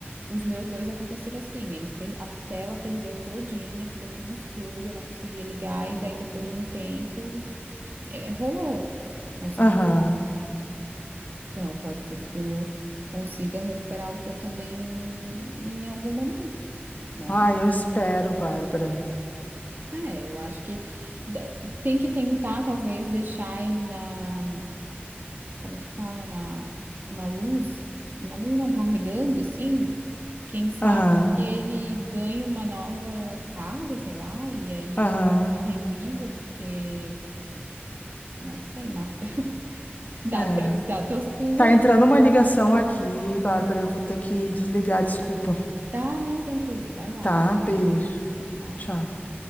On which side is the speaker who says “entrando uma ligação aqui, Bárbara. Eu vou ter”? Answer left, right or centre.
Left